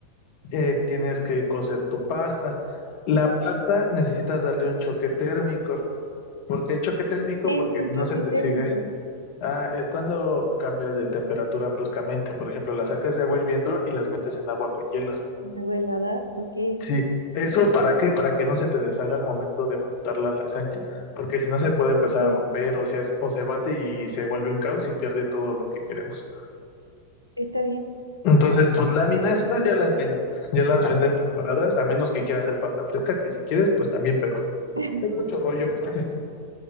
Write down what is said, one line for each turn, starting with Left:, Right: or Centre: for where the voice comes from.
Left: eh, tienes que cocer tu pasta. La pasta necesitas darle un choque térmico. ¿Por qué choque térmico?
Right: ¿qué
Left: Porque
Right: es un
Left: si
Right: choque
Left: no se te
Right: térmico?
Left: sigue Ah, es cuando cambias de temperatura bruscamente. Por ejemplo, las sacas de agua hirviendo y las metes en agua con hielos.
Right: Una helada, ok,
Left: Sí. ¿Eso para qué? Para que no se te deshaga al momento de montar la lasaña. Porque si no se puede empezar
Right: ok,
Left: a romper
Right: ok,
Left: o sea, o se bate y se vuelve un caos y pierde todo lo que queremos.
Right: está bien.
Left: Entonces, tus láminas, esas ya las venden. Ya las venden preparadas, a menos que quieras hacer pasta fresca, que si quieres, pues también, pero
Right: <laughs>
Left: es mucho rollo. <laughs>